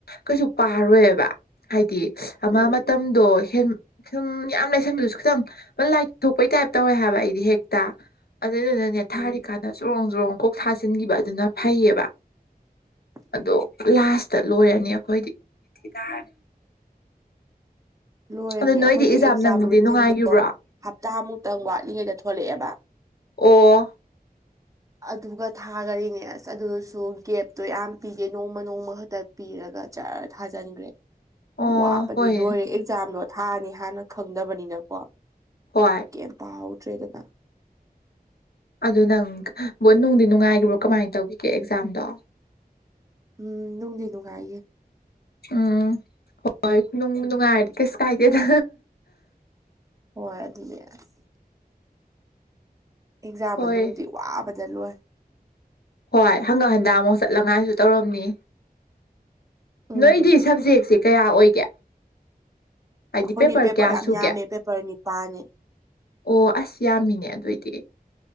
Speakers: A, on the left (about 75°); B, on the right (about 20°).
A: ꯀꯩꯁꯨ ꯄꯥꯔꯣꯏꯕ ꯍꯥꯏꯗꯤ ꯑꯃ
B: ꯎꯝ
A: ꯃꯇꯝ ꯁꯨꯝꯗꯣ ꯍ ꯁꯨꯝ ꯌꯥꯝ ꯂꯩꯁꯟꯕꯗꯨꯁꯨ ꯈꯤꯇꯪ ꯂꯥꯏꯊꯣꯛꯄꯩ ꯇꯥꯏꯞ ꯇꯧꯋꯦ ꯍꯥꯏꯕ ꯑꯩꯗꯤ ꯍꯦꯛ ꯇ ꯑꯗꯨꯗꯨꯅꯅꯦ
B: ꯎꯝ
A: ꯊꯥꯔꯤꯀꯥꯟꯗ ꯆꯨꯔꯣꯡ ꯆꯨꯔꯣꯡ ꯀꯣꯛ ꯊꯥꯖꯤꯟꯈꯤꯕ ꯑꯗꯨꯅ ꯐꯩꯌꯦꯕ
B: ꯎꯝ
A: ꯑꯗꯣ ꯂꯥꯁꯇ ꯂꯣꯏꯔꯅꯤ ꯑꯩꯈꯣꯏꯗꯤ ꯇꯥꯔꯅꯤ
B: ꯂꯣꯏꯔꯅꯤ
A: ꯑꯗꯣ
B: ꯑꯩꯈꯣꯏꯒꯤ
A: ꯅꯣꯏꯗꯤ
B: ꯑꯦꯛꯖꯥꯝ
A: ꯅꯪꯕꯨꯗꯤ
B: ꯔꯨꯇꯤꯟꯗꯣ
A: ꯅꯨꯡꯉꯥꯏꯈꯤꯕ꯭ꯔꯣ ꯑꯣ
B: ꯍꯞꯇꯥꯃꯨꯛꯇꯪ ꯋꯥꯠꯂꯤꯉꯩꯗ ꯊꯣꯛꯂꯛꯑꯦꯕ
A: ꯑꯣ
B: ꯑꯗꯨꯒ ꯊꯥꯈꯔꯤꯅꯦ ꯑꯁ ꯑꯗꯨꯁꯨ ꯒꯦꯞꯇꯣ ꯌꯥꯝ ꯄꯤꯗꯦ ꯅꯣꯡꯃ ꯅꯣꯡꯃ ꯈꯛꯇ ꯄꯤꯔꯒ ꯆꯔ ꯊꯥꯖꯟꯈ꯭ꯔꯦ
A: ꯑꯣ
B: ꯋꯥꯕꯗꯤ
A: ꯍꯣꯏ
B: ꯂꯣꯏꯔꯦ ꯑꯦꯛꯖꯥꯝꯗꯣ ꯊꯥꯅꯤ ꯍꯥꯟꯅ ꯈꯪꯗꯕꯅꯤꯅꯀꯣ
A: ꯍꯣꯏ
B: ꯀꯦꯝ ꯄꯥꯍꯧꯗ꯭ꯔꯦꯗꯅ
A: ꯑꯗꯨ ꯅꯪ ꯕꯣꯠ ꯅꯨꯡꯗꯤ ꯅꯨꯡꯉꯥꯏꯕ꯭ꯔꯣ ꯀꯃꯥꯏꯅ ꯇꯧꯈꯤꯒꯦ ꯑꯦꯛꯖꯥꯝꯗꯣ
B: ꯎꯝ ꯅꯨꯡꯗꯤ ꯅꯨꯡꯉꯥꯏꯒꯤ
A: ꯎꯝ ꯍꯣꯏ ꯅꯨꯡꯕꯨ ꯅꯨꯡꯉꯥꯏꯔꯗꯤ ꯀꯩꯁꯨ ꯀꯥꯏꯗꯦꯗ
B: ꯍꯣꯏ ꯑꯗꯨꯅꯦ ꯑꯂ ꯑꯦꯛꯖꯥꯝ
A: ꯍꯣꯏ
B: ꯃꯅꯨꯡꯗꯤ ꯋꯥꯕꯗ ꯂꯣꯏ
A: ꯍꯣꯏ ꯍꯪꯒꯥꯠ ꯍꯟꯗ ꯑꯃꯨꯛ ꯆꯠꯂꯉꯥꯏꯁꯨ ꯇꯧꯔꯝꯅꯤ
B: ꯎꯝ
A: ꯅꯣꯏꯗꯤ ꯁꯕꯖꯦꯛꯁꯦ ꯀꯌꯥ ꯑꯣꯏꯒꯦ ꯍꯥꯏꯗꯤ
B: ꯑꯩꯈꯣꯏꯗꯤ ꯄꯦꯄꯔ
A: ꯀꯌꯥ
B: ꯌꯥꯝ
A: ꯁꯨꯒꯦ
B: ꯌꯥꯝꯃꯦ ꯄꯦꯄꯔ ꯅꯤꯄꯥꯜꯅꯦ
A: ꯑꯣ ꯑꯁ ꯌꯥꯝꯃꯤꯅꯦ ꯑꯗꯨꯑꯣꯏꯗꯤ